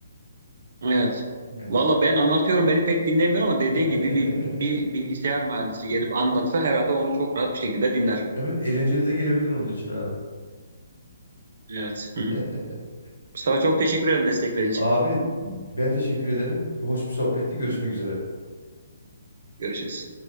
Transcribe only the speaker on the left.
Yani
<laughs>
Evet eğlenceli de gelebilir onun için abi.
<laughs>
Abi ben teşekkür ederim. Hoş bir sohbetti. Görüşmek üzere.